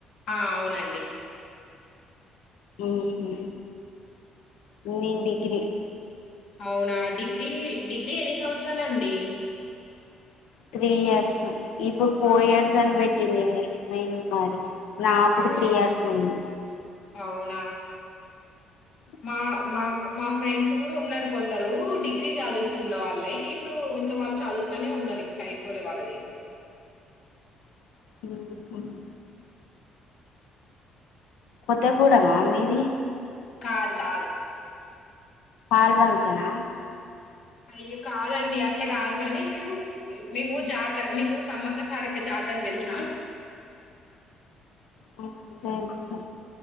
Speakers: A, on the left (about 60°); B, on the left (about 80°).
A: ఆ అవునండి
B: మ్మ్ హ్మ్ నేను డిగ్రీ
A: అవునా డిగ్రీ డిగ్రీ ఎన్ని సంవత్సరాలండి
B: త్రీ ఇయర్స్ ఇప్పుడు ఫోర్
A: ఆహా
B: ఇయర్స్ అని పెట్టిండిరి <inaudible> నాప్పుడు
A: అవునా
B: త్రీ ఇయర్స్ ఉంది
A: అవునా
B: అ
A: మా మా మా ఫ్రెండ్స్ కూడా ఉన్నారు కొందరు డిగ్రీ చదువుకున్న వాళ్ళే ఇప్పుడు ఇంకా వాళ్ళు చదువుతూనే ఉన్నారు ఇంకా అయిపోలే వాళ్ళది
B: మ్మ్ మ్మ్ కొత్త పూడమా మీది
A: కాదు కాదు
B: పాల్వంచనా
A: అయ్యో కాదండి అట్లా కాదు కానీ మీరు మేము జాతర మీకు సమ్మక్క, సారక్క జాత ర తెల్సా
B: మ్మ్ తెల్సు